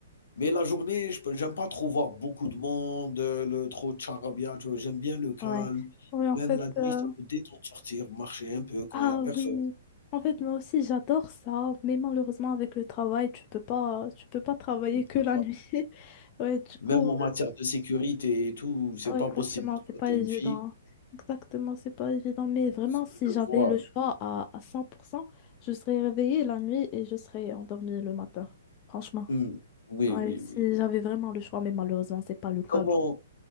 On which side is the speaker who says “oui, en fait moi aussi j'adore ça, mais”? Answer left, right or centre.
Left